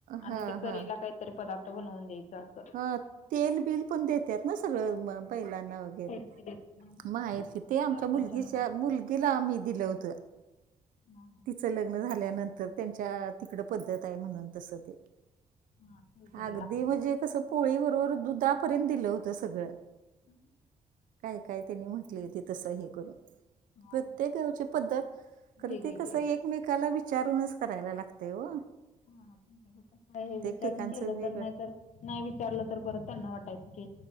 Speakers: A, on the left (about 60°); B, on the right (about 75°).
A: आणि
B: हा
A: ते करीला
B: हा
A: काहीतरी पदार्थ बनवून द्याय जात
B: अ तेल बिल पण देतात ना सगळं बैलांना वगैरे?
A: <unintelligible>
B: माहेरची ते आमच्या
A: सासरच्यानं
B: मुलगीच्या
A: पाठवलं
B: मुलगीला आम्ही दिलं होत
A: हा हा
B: तिचं लग लग्न झाल्यानंतर त्यांच्या तिकड पद्धत आहे म्हणून तस ते.
A: हा तेच द्यायला
B: अगदी
A: लागतंय
B: म्हणजे कसं पोळी बरोबर दुधापर्यंत दिलं होत सगळं.
A: <inaudible>
B: काय काय त्यांनी म्हटलं होती तसं हे करून.
A: हा
B: प्रत्येक
A: खूप
B: गावची पद्धत खर
A: वेगवेगळे
B: ते कस एक एकमेकाला विचारूनच करायला लागतय ओ.
A: हम काय हे विचारून
B: ठिकाणचं
A: केलं
B: वेगळं
A: तर नाहीतर नाही विचारलं तर परत त्यांना वाटायचं की